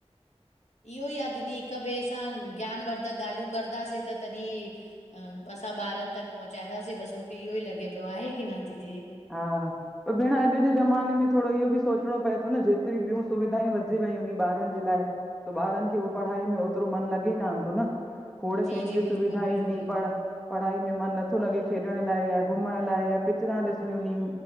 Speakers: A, on the left; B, in the centre.
A: इहो ई आहे दीदी हिक ॿिए सां ज्ञानवर्धक ॻाल्हियूं कंदासीं त तॾहिं अ असां ॿारन तक पहुंचाईंदासीं बसमूंखे इहो ही लॻे पियो आहे की न दीदी?
B: हा त भेण अॼु जे ज़माने में थोरो इहो बि सोचणो पए थो न जेतिरी ॿियूं सुविधाऊं वधी वयूं आहिनी ॿारनि जे लाइ। त ॿारनि खे उो पढ़ाई में ओतिरो मन लॻे कान थो न खोड़
A: जी
B: शयुनि
A: जी
B: जीू
A: बिल्कुलु
B: सुविधायूं
A: बिल्कुलु
B: न पढ़ पढ़ाई में मन नथो लॻे खे एण लाइ घुमण लाइ आए पिचरां ॾिस नी